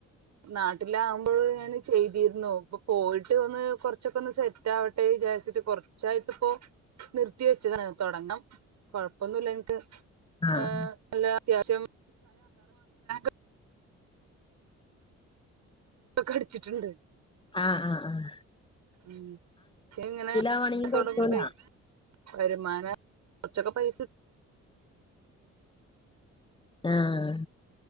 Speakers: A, on the right (about 65°); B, on the left (about 15°).
A: നാട്ടിലാകുമ്പോൾ ഞാൻ ചെയ്തിരുന്നു ഇപ്പൊ പോയിട്ട് ഒന്ന് കൊറച്ചൊക്കെ ഒന്ന് സെറ്റ് ആവട്ടെ. വിചാരിച്ചിട്ട് കുറച്ചായിട്ട ഇപ്പൊ നിർത്തി വെച്ചത തുടങ്ങണം. കൊഴപ്പൊന്നുമില്ല എനിക്ക്
B: ആഹ്
A: ഹ് എല്ല അത്യാവശ്യം. <unintelligible> ൊക്കെ അടിച്ചിട്ടുണ്ട്
B: ആഹ് ആഹ് ആഹ
A: ഉ പ ഇങ്ങനെ
B: ആവാണെങ്കിൽ
A: തുടങ്ങണ്ട
B: കൊഴപ്പല്ല
A: വരുമാന കൊച്ചക്കെ പ
B: ആഹ